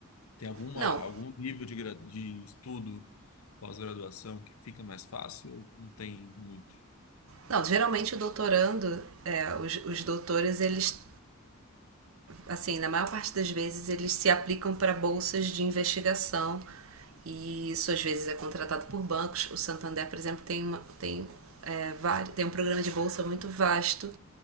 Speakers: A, on the left; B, on the right.
A: Tem alguma,
B: Não,
A: algum nível de, gra- de estudo, pós-graduação, que fica mais fácil? Não tem muito.
B: não geralmente o doutorando, é, os, os doutores, eles assim, na maior parte das vezes eles se aplicam para bolsas de investigação e isso às vezes é contratado por bancos. O Santander, por exemplo, tem, uma, tem, é, vários, tem um programa de bolsa muito vasto